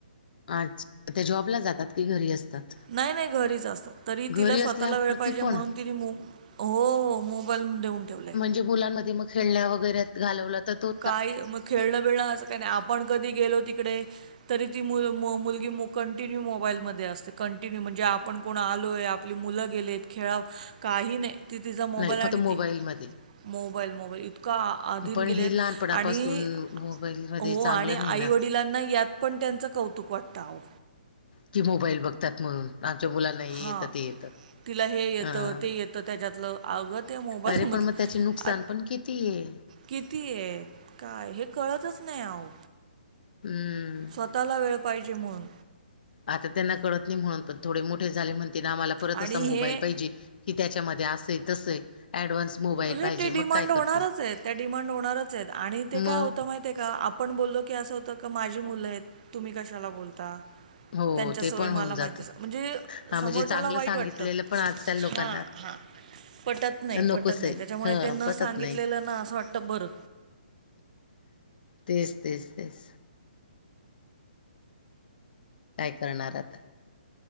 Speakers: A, on the left; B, on the right.
A: अच्छ त्या जॉबला जातात की घरी असतात.
B: नाही नाही घरीच असतात तरी
A: घरी
B: तिला स्वतःला
A: असल्यावरती
B: वेळ पाहिजे
A: पण
B: म्हणून
A: हा,
B: तिने मो हो हो मोबाईल <unintelligible> देऊन ठेवला आहे.
A: ते मुलां मध्ये खेळण्या वगैरे घालवला तर तो.
B: काही म खेळणं बिळणं असं काही नाही आपण कधी गेलो तिकडे तरी ती मु मुलगी मुक कंटिन्यू मोबाईलमध्ये असते कंटिन्यू म्हणजे आपण कोण आलो आहे आपली मुलं गेलेत खेळा काही नाही. ती तिचा मोबाईल
A: नाही
B: आणि
A: फक्त मोबाईलमध्ये
B: ती मोबाईल मोबाईल इतका आधीन
A: पण
B: गेलेत
A: हे लहानपणापासून
B: आणि
A: मोबाईलमध्ये
B: हो
A: चांगलं
B: आणि
A: नाही
B: आई
A: ना.
B: वडिलांना यात पण त्यांचं कौतुक वाटतं आवो.
A: कि मोबाईल बघतात म्हणून आमच्या मुलांना हे
B: हां.
A: येतं ते येतं.
B: तिला हे येतं
A: अ
B: ते येतं त्याच्यातलं अगं ते मोबाईलमध
A: अरे पण मग त्याचे नुकसान
B: आत.
A: पण किती आहे
B: किती ये काय हे कळतच नाही आओ.
A: हम्म.
B: स्वतःला वेळ पाहिजे म्हणून.
A: आता त्यांना कळत नाही म्हणून पण थोडे मोठे झाले म्हणतीन आम्हाला परत
B: आणि
A: असा मोबाईल
B: हे
A: पाहिजे. कि त्याच्यामध्ये असे तसंय ऍडव्हान्स मोबाईल
B: हे
A: पाहिजे
B: ते
A: मग
B: डिमांड
A: काय
B: होणारच
A: करतील.
B: आहेत त्या डिमांड होणारच आहेत आणि ते
A: मग
B: काय होतं माहित आहे का आप आपण बोललो की असं होतं का माझी मुलं आहेत तुम्ही कशाला बोलता
A: हो
B: त्यांच्या
A: ते
B: सोयी
A: पण
B: मला
A: होऊन
B: माहिती
A: जातं.
B: असत म्हणजे
A: हा
B: समोरच्याला
A: म्हणजे चांगलं
B: वाईट
A: सांगितलेलं
B: वाटत
A: पण आजकाल लोकांना
B: हा हा पटत नाही
A: नकोच
B: पटत नाही
A: आहे.
B: त्याच्यामुळे
A: हा
B: ते न
A: पटत
B: सांगितलेलं
A: नाही
B: ना असं वाटतं बरं.
A: तेच तेच तेच काय करणार आता